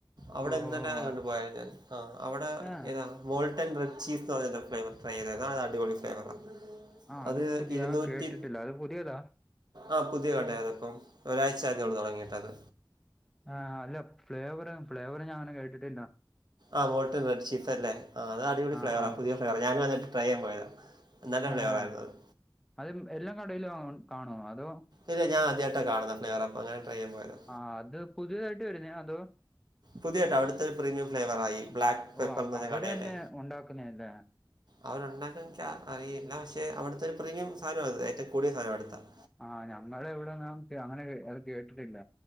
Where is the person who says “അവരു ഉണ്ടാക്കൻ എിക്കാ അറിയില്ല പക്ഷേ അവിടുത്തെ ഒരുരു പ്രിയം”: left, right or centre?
Right